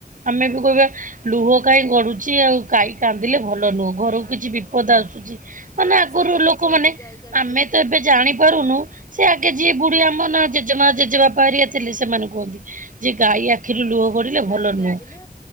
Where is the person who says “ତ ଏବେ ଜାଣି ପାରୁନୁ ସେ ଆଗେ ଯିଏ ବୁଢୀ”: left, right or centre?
Right